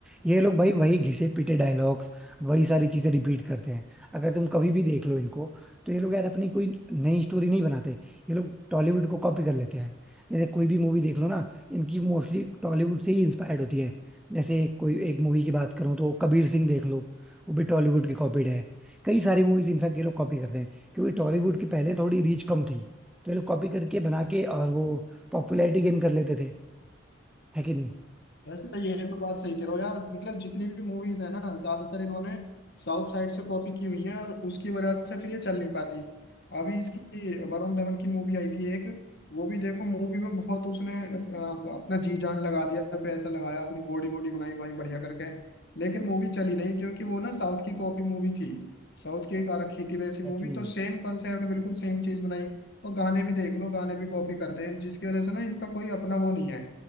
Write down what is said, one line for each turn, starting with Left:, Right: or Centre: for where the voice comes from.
Centre: ये लोग भाई वही घिसे पीटे डायलॉग्स वही सारी चीजें रिपीट करते हैं अगर तुम कभी भी देख लो इनको तो ये लोग यार अपनी कोई नई स्टोरी नहीं बनाते ये लोग टॉलीवुड को कॉपी कर लेते हैं जैसे कोई भी मूवी देख लो ना इनकी मोस्टली टॉलीवुड से ही इंस्पायर्ड होती है जैसे कोई एक मूवी की बात करूँ तो कबीर सिंह देख लो वो भी टॉलीवुड की कॉपीड है कई सारी मूवीज इनफैक्ट ये लोग कॉपी करते हैं क्योंकि टॉलीवुड की पहले थोड़ी रीच कम थी तो ये लोग कॉपी करके बना के और वो पॉपुलैरिटी गेन कर लेते थे है कि नहीं
Left: वैसे तो ये तो बात सही कह रहे हो यार मतलब जितनी भी मूवीज है ना ज्यादातर इन्होंने साउथ साइड से कॉपी की हुई है और उसकी वजह से फिर ये चल नहीं पाती अभी इसकी वरुण धवन की मूवी आई थी एक वो भी देखो मूवी में बहुत उसने अ, अपना जी जान लगा दिया पैसा लगाया अपनी बॉडी वॉडी बनाई भाई बढ़िया करके लेकिन मूवी चली नहीं क्योंकि वो ना साउथ की कॉपी मूवी थी साउथ की एक आ रखी थी वैसी मूवी
Centre: Exactly
Left: तो सेम कंसेप्ट बिल्कुल सेम चीज बनाई और गाने भी देख लो गाने भी कॉपी करते हैं जिसकी वजह से ना इनका कोई अपना वो नहीं है